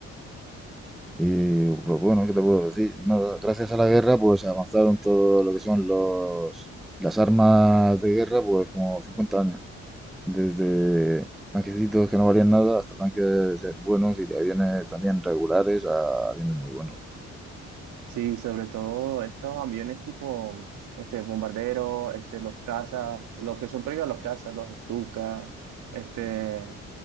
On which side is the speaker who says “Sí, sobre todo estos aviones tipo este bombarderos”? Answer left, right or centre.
Right